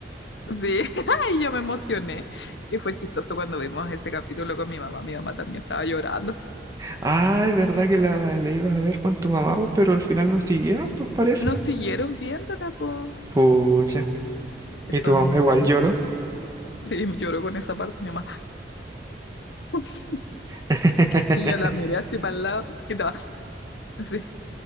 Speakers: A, on the left; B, on the right.
A: Sí, <laughs> y yo me emocioné. Y fue chistoso cuando vimos ese capítulo con mi mamá. Mi mamá también estaba llorando.
B: Ah, es verdad que la, la ibas a ver con tu mamá, pues, pero al final no siguieron, pues parece.
A: nos siguieron viéndola, po,
B: Pucha.
A: que
B: ¿Y
A: son
B: tu mamá igual
A: mens.
B: lloró?
A: Sí, lloró con esa parte mi mamá. <laughs> Sí.
B: <laughs>
A: Y yo la miré así para el lado y estaba así,